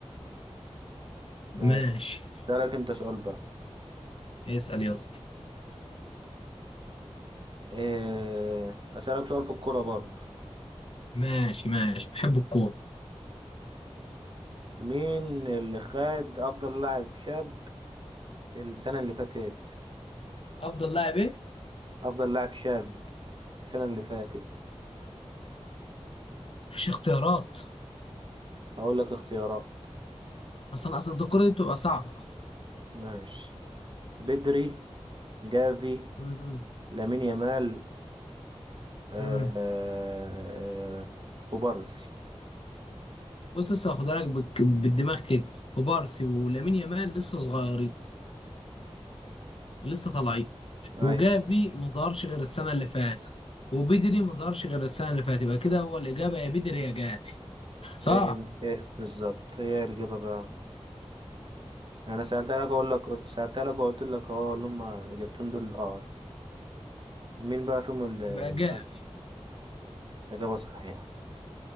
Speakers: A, on the left (about 60°); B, on the right (about 50°).
A: ماشي
B: ماشي أسألك أنت سؤال بقى
A: اسأل يا اسطى
B: إيه أسألك سؤال في الكورة برضو
A: ماشي ماشي بحب الكورة
B: مين اللي خد أفضل لاعب شاب السنة اللي فاتت
A: أفضل لاعب إيه؟
B: أفضل لاعب شاب السنة اللي فاتت
A: مفيش اختيارات
B: هقول لك اختيارات
A: أصلا أصلا الكورة دي بتبقى صعبة
B: ماشي بدري جافي
A: امم
B: لامين يامال آه
A: امم
B: آه كوبارسي
A: بص لسه هاخدها لك بالك- بالدماغ كده وبارسي ولامين يامال لسه صغيرين لسه طالعين
B: أي
A: وجافي ما ظهرش غير السنة اللي فاتت وبدري ما ظهرش غير السنة اللي فاتت يبقى كده هو الإجابة يا بدري يا جافي صح
B: هي إيه بالظبط هي الإجابة بقى أنا سألتها لك أقول لك قلت سألتها لك وقلت لك أهو اللي هما إجابتين دول الأقرب مين بقى فيهم اللي
A: يبقى جافي
B: إجابة صحيحة